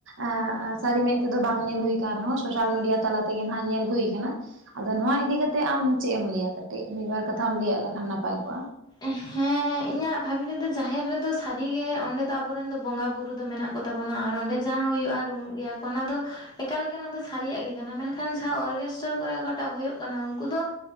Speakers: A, on the right; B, on the left.
A: ᱟᱸᱜ ᱥᱟᱨᱤ ᱢᱮᱸᱫ ᱛᱮᱫᱚ ᱵᱟᱝ ᱧᱮᱞ ᱦᱩᱭ ᱠᱟᱱᱟ ᱨᱮᱦᱚᱸ ᱥᱳᱥᱟᱞ ᱢᱤᱰᱤᱭᱟ ᱛᱟᱞᱟ ᱛᱮ ᱜᱮ ᱦᱟᱱᱟᱜ ᱧᱮᱞ ᱦᱩᱭ ᱠᱟᱱᱟ, ᱟᱫᱚ ᱱᱚᱣᱟ ᱤᱫᱤ ᱠᱮᱛᱮᱜ ᱟᱢ ᱪᱮᱫ ᱮᱢ ᱞᱟᱹᱭᱟ ᱠᱟᱹᱴᱤᱡ ᱢᱤᱫ ᱵᱟᱨ ᱠᱟᱛᱷᱟᱢ ᱞᱟᱹᱭᱼᱟ ᱞᱮᱠᱷᱟᱱ ᱱᱟᱯᱟᱭ ᱠᱚᱜᱼᱟ?
B: ᱦᱮᱸ ᱤᱧᱟᱜ ᱵᱷᱟᱵᱤ ᱛᱮᱫᱚ ᱡᱟᱦᱮᱨ ᱨᱮ ᱫᱚ ᱥᱟᱹᱨᱤ ᱜᱮ ᱚᱸᱰᱮ ᱫᱚ ᱟᱵᱩᱨᱮᱱ ᱫᱚ ᱵᱚᱸᱜᱟ ᱵᱩᱨᱩ ᱫᱚ ᱢᱮᱱᱟᱜ ᱠᱚᱛ ᱛᱟᱵᱩᱱᱟ, ᱟᱨ ᱚᱸᱰᱮ ᱡᱟᱦᱟᱸ ᱦᱩᱭᱩᱜᱼᱟ ᱨᱩᱢᱩᱜ ᱜᱮᱭᱟ ᱚᱱᱟ ᱫᱚ ᱮᱠᱟᱞ ᱜᱮ ᱚᱱᱟ ᱫᱚ ᱥᱟᱨᱤᱭᱟᱜ ᱜᱮ ᱠᱟᱱᱟ ᱢᱮᱱ ᱠᱷᱟᱱ ᱡᱟᱦᱟᱸ ᱚᱨᱜᱮᱥᱴᱟᱨ ᱠᱚᱨᱮ ᱚᱠᱟᱴᱟᱜ ᱦᱩᱭᱩᱜ ᱠᱟᱱᱟ ᱩᱱᱠᱩ ᱫᱚ